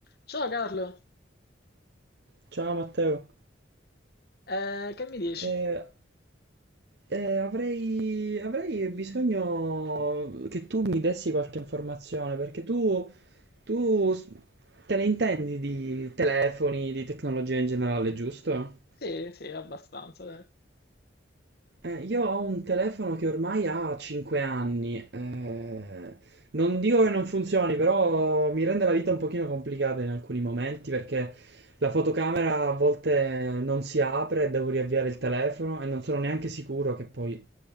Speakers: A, on the left (about 55°); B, on the right (about 55°).
A: Ciao Carlo,
B: Ciao Matteo,
A: Eh, che mi dici?
B: Eh, eh, avrei, avrei bisogno che tu mi dessi qualche informazione perché tu, tu s- te ne intendi di telefoni, di tecnologia in generale, giusto?
A: Sì, sì, abbastanza. dai.
B: Eh, io ho un telefono che ormai ha 5 anni. eh, non dico che non funzioni, però mi rende la vita un pochino complicata in alcuni momenti perché la fotocamera a volte non si apre, e devo riavviare il telefono e non sono neanche sicuro che poi